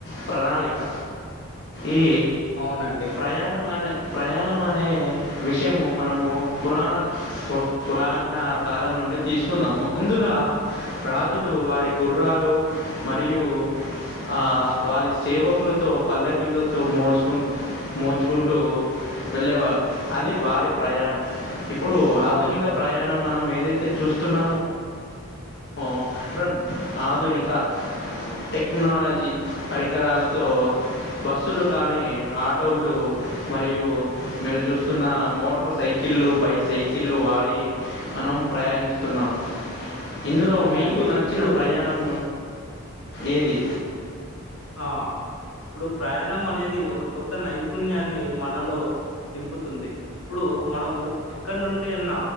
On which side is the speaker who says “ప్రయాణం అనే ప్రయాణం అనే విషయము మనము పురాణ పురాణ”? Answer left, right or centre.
Left